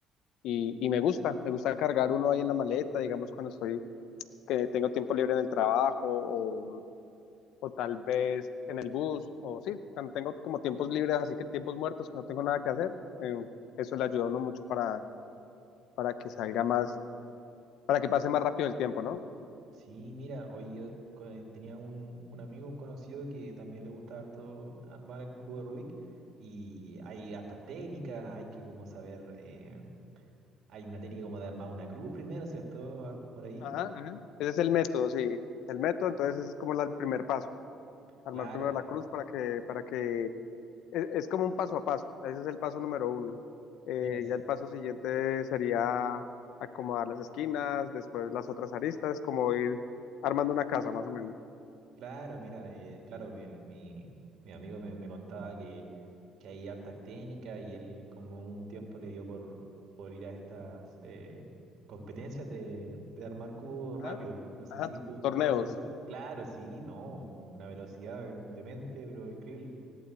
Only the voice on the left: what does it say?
y- y me gusta. Me gusta cargar uno ahí en la maleta, digamos, cuando estoy, que tengo tiempo libre en el trabajo o, o tal vez en el bus o sí, cuando tengo como tiempos libres, así que tiempos muertos que no tengo nada que hacer. eh, eso le ayuda a uno mucho para para que salga más, para que pase más rápido el tiempo, ¿no?
Ajá, ajá. Ese es el método, sí. El método, entonces ese es como la- el primer paso. Armar
primero la cruz para que, para que, es, es como un paso a paso. Ese es el paso número uno. Eh,
ya el paso siguiente sería acomodar las esquinas, después las otras aristas, como ir armando una casa, más o menos.
Ajá,
ajá.
to-
Torneos.